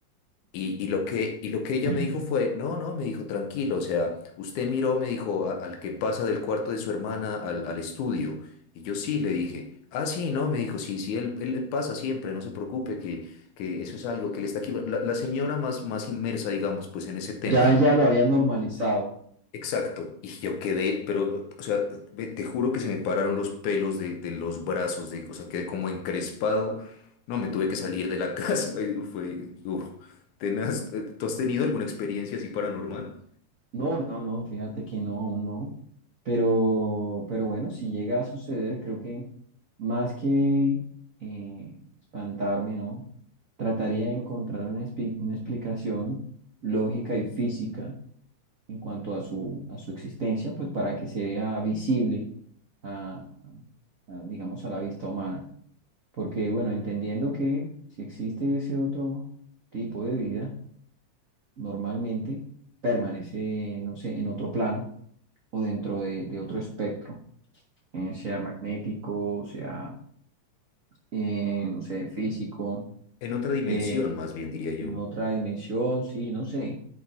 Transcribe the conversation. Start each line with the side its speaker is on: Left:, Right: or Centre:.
Left: Y, y lo que, y lo que ella
Right: <laughs>
Left: me dijo fue, no, no, me dijo, tranquilo, o sea, usted miró, me dijo, "a- al que pasa del cuarto de su hermana al, al estudio. Y yo sí, le dije, ah, sí, no, me dijo, sí, sí, él, él, él pasa siempre, no se preocupe, que, que eso es algo que le está aquí. Bueno, La, la señora más, más inmersa, digamos, pues en ese tema,
Right: Ya,
Left: ¿no?
Right: ya lo había normalizado.
Left: Exacto, y yo quedé, pero, o sea, ve- te juro que se me pararon los pelos de, de los brazos, de, o sea, quedé como encrespado, no, me tuve que salir de la <laughs> casa, y fue, uf, tenaz. Eh, ¿Tú has tenido alguna experiencia así paranormal?
Right: No, no, no, fíjate que no, aún no. Pero, pero bueno, si llega a suceder, creo que más que eh, espantarme, ¿no? Trataría de encontrar una, expli- una explicación lógica y física en cuanto a su, a su existencia, pues para que se vea visible a, a, digamos, a la vista humana. Porque, bueno, entendiendo que si existe ese otro tipo de vida, normalmente permanece, no sé, en otro plano o dentro de, de otro espectro, eh, sea magnético, sea, eh, no sé, físico,
Left: En otra dimensión,
Right: eh,
Left: más bien, diría yo.
Right: en otra dimensión, sí, no sé.